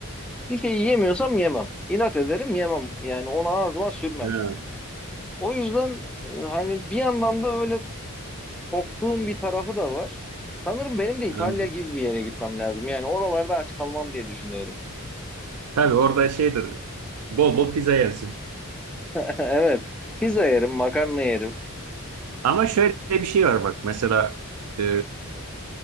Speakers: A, in the centre; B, on the right.
A: bir şey yiyemiyorsam yemem. İnat ederim yemem. Yani onu ağzıma sürmem.
B: Ha,
A: O yüzden e, hani bir yandan da öyle korktuğum bir tarafı da var. Sanırım benim de İtalya
B: anladım.
A: gibi bir yere gitmem lazım. Yani oralarda aç kalmam diye düşünüyorum.
B: Tabii orada şeydir. Bol bol pizza yersin.
A: <laughs> Evet. Pizza yerim, makarna yerim.
B: Ama şöyle bir şey var bak. Mesela e,